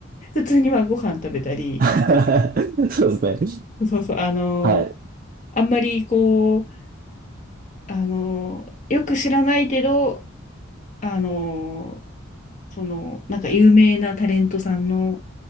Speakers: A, on the left; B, on the right.
A: 普通にまあご飯食べたり、
B: <laughs> そうですね。
A: そうそう、あの、
B: はい。
A: あんまりこう、あの、よく知らないけど、あの、その、なんか有名なタレントさんの